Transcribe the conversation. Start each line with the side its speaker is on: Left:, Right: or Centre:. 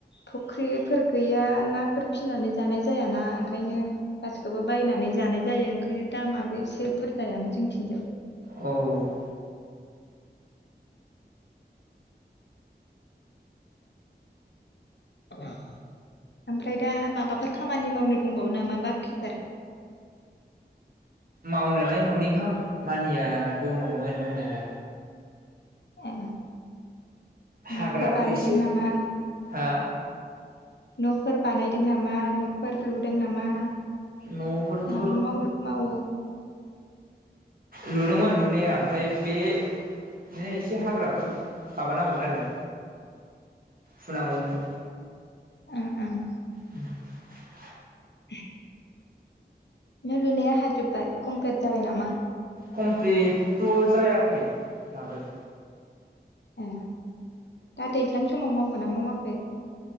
Left: फुख्रिफोर गैया नाफोर फिसिनानै जानाय जायाना ओंखायनो गासिखौबो बायनानै सानै जानाय जायो ओंखायनो दामाबो एसे बुरजायानो जोंथिंजाय
Right: औ
Left: अ ओमफ्राय दा माबाफोर खामानि मावनो दंबावो नामा बाखिफोर <inaudible>
Right: मावनायालाय न'नि खामा मानिया दङमोन दंनायालाय
Left: ए
Right: हाग्राफोर
Left: न'फोर बानायदों
Right: एसे
Left: नामा
Right: हा
Left: न'फोर बानाय लुदों नामा न'फोर लुदों नामा?
Right: न' फोरथ'
Left: मा मावनो मावो
Right: लुदों' मोन लु ने आफ्राय बे जे एसे हाग्राफोर माबानांगौमोन आरो फुनांगौमोन।
Left: उम उम
Right: <inaudible>
Left: <inaudible> नों लुनाया हाजोबबाय कमप्लिट जाबाय नामा?
Right: कमप्लिटथ' जायाखै दाबो
Left: ए दा दैज्लां समाव मावबोना मावाखै?